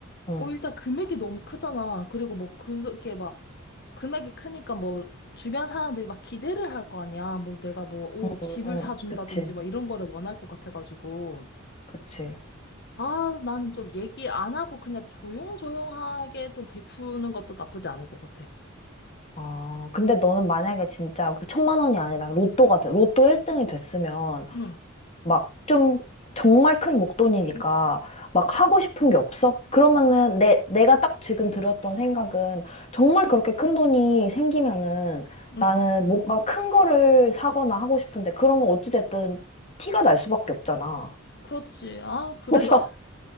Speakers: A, on the left; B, on the left.
A: 응,
B: 어, 일단 금액이 너무 크잖아. 그리고 뭐 그게 막 금액이 크니까 뭐 주변 사람들이 막 기대를 할 거 아니야. 뭐 내가 뭐, 오,
A: 응,
B: 집을
A: 응.
B: 사준다든지
A: 그치,
B: 막 이런 거를 원할 것 같아가지고.
A: 그치.
B: 아, 나는 좀 얘기 안 하고 그냥 조용조용하게 좀 베푸는 것도 나쁘지 않을 것 같아.
A: 아, 근데 너는 만약에 진짜 그 천만 원이 아니라 로또 같아. 로또 1등이 됐으면
B: 응,
A: 막 좀 정말 큰 목돈이니까 막 하고 싶은 게 없어? 그러면은 내, 내가 딱 지금 들었던 생각은 정말 그렇게 큰 돈이 생기면은
B: 응.
A: 나는 뭔가 큰 거를 사거나 하고 싶은데 그러면 어찌됐든 티가 날 수밖에 없잖아.
B: 그렇지. 아, 그래서,
A: 그래서